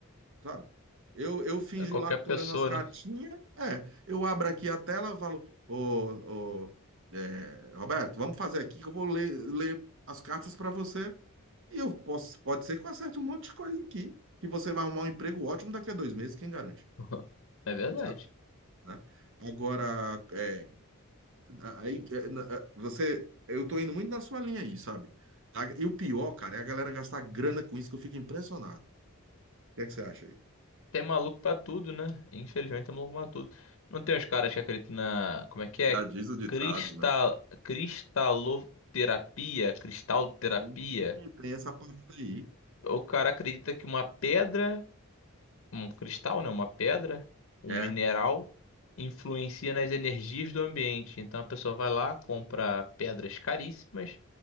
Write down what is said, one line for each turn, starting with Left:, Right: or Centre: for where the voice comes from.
Right: sabe? Eu, eu finjo
Left: é qualquer
Right: lá que tô
Left: pessoa,
Right: lendo umas cartinhas,
Left: né?
Right: é, eu abro aqui a tela, falo, ô, ô, é, Roberto, vamos fazer aqui que eu vou ler, ler as cartas para você e eu posso, pode ser que eu acerte um monte de coisa aqui, que você vai arrumar um emprego ótimo daqui a dois meses, quem garante,
Left: <laughs> É verdade.
Right: sabe? Né? Agora, é, aí, é, na- é, você, eu tô indo muito na sua linha aí, sabe? A- E o pior, cara, é a galera gastar grana com isso que eu fico impressionado. O que é que você acha aí?
Left: Tem maluco pra tudo, né? Infelizmente tem maluco pra tudo. Não tem os caras que acreditam na. Como é que
Right: Já
Left: é?
Right: diz o ditado,
Left: Cristal...
Right: né?
Left: Cristaloterapia? Cristalterapia?
Right: Hum, Tem essa parte aí.
Left: O cara acredita que uma pedra um cristal, né, uma pedra, um
Right: É,
Left: mineral, influencia nas energias do ambiente. Então a pessoa vai lá, compra pedras caríssimas